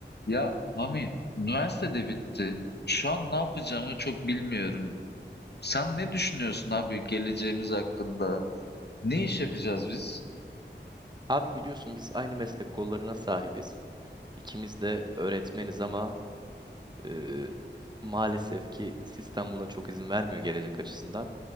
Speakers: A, on the left (about 60°); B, on the right (about 25°).
A: Ya Mami, üniversitede bitti. Şu an ne yapacağımı çok bilmiyorum. Sen ne düşünüyorsun abi geleceğimiz hakkında? Ne iş yapacağız biz?
B: Abi biliyorsun biz aynı meslek kollarına sahibiz. İkimiz de öğretmeniz ama e, maalesef ki sistem buna çok izin vermiyor gelecek açısından.